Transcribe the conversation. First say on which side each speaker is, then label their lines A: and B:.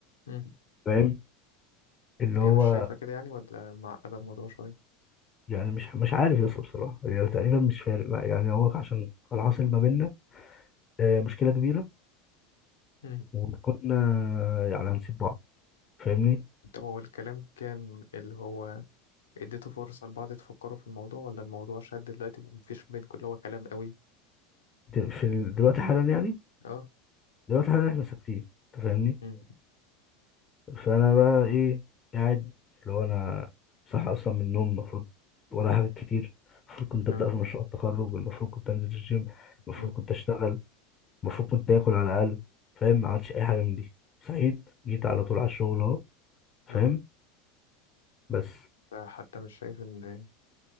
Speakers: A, on the left (about 75°); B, on the left (about 30°).
A: مم.
B: فاهم اللي
A: هي
B: هو
A: مش شايفة كده يعني ولا معقدة الموضوع شوية
B: يعني مش مش عارف يا اسطى بصراحه يعني تقريبا مش فارق معايا يعني هو عشان كان حاصل ما بيننا آه، مشكله كبيره
A: مم.
B: وكنا يعني هنسيب بعض فاهمني
A: طب هو الكلام كان اللي هو اديته فرصة لبعض تفكروا في الموضوع ولا الموضوع شد دلوقتي ومفيش بينكم اللي هو كلام قوي
B: د- في ال- دلوقتي حالا يعني
A: اه
B: دلوقتي حالا احنا ساكتين أنت فاهمني
A: مم.
B: فانا بقى ايه قاعد اللي هو انا صح اصلا من النوم المفروض ورايا حاجات كتير المفروض كنت ابدا
A: اه
B: في مشروع التخرج المفروض كنت انزل الجيم المفروض
A: مم.
B: كنت اشتغل المفروض كنت اكل على الاقل فاهم ما عملتش اي حاجه من دي صحيت جيت على طول على الشغل اهو فاهم
A: اه
B: بس
A: حتى مش شايف ان